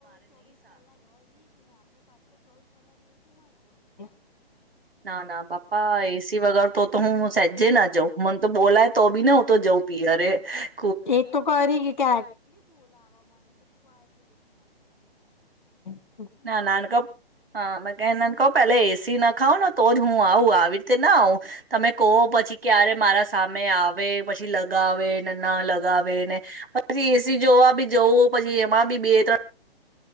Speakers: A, on the left; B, on the right.
A: <inaudible>
B: <inaudible>
A: ਏਕ ਤੋ ਕਰੇਗੀ ਕੇ <inaudible>
B: ਨਾ ਨਾਨ ਕਹੋ, ਹਾਂ ਮੈਂ ਕਿਹਾ ਨਾਨ ਕਹੋ ਪਹਿਲੇ ਏਸੀ ਨਾ <inaudible>